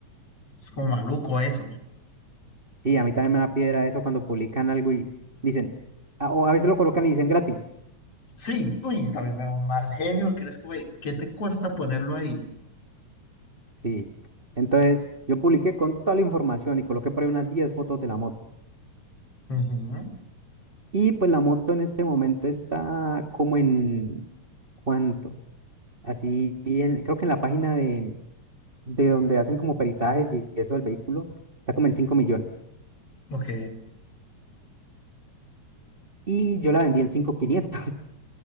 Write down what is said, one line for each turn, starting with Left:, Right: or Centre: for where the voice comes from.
Left: es como maluco eso.
Right: Sí, a mí también me da piedra eso cuando publican algo y dicen, a- o a veces lo colocan y dicen gratis.
Left: Sí, uy, también me da un mal genio, porque es como, "Ey, ¿qué te cuesta ponerlo ahí?
Right: Sí, entonces yo publiqué con toda la información y coloqué por ahí unas 10 fotos de la moto.
Left: Ujú,
Right: Y pues la moto en este momento está como en... ¿Cuánto? Así, en- creo que en la página de, de donde hacen como peritajes y eso del vehículo, está como en 5 millones.
Left: Ok,
Right: Y yo la vendí en 5.500 <laughs>